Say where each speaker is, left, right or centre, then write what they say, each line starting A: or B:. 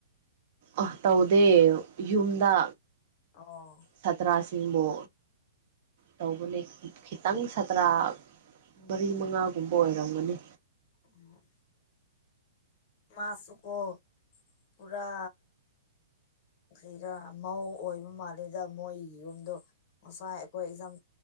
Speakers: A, on the right (about 50°); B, on the left (about 40°).
A: ꯑꯣ ꯇꯧꯗꯦ ꯌꯨꯝꯗ
B: ꯑꯣ
A: ꯁꯥꯇ꯭ꯔꯥꯁꯤꯡꯕꯨ ꯇꯧꯕꯅꯦ ꯈꯤꯇꯪ ꯁꯥꯇ꯭ꯔꯥ ꯃꯔꯤ ꯃꯉꯥꯒꯨꯝꯕ ꯑꯣꯏꯔꯝꯒꯅꯤ
B: ꯎꯝ <inaudible> ꯃꯥꯁꯨꯒꯣ ꯄꯨꯔꯥ ꯀꯔꯤꯔ ꯃꯧ ꯑꯣꯏꯕ ꯃꯥꯜꯂꯦꯗ ꯃꯣꯏꯒꯤ ꯌꯨꯝꯗꯣ ꯉꯁꯥꯏ ꯑꯩꯈꯣꯏ ꯑꯦꯝ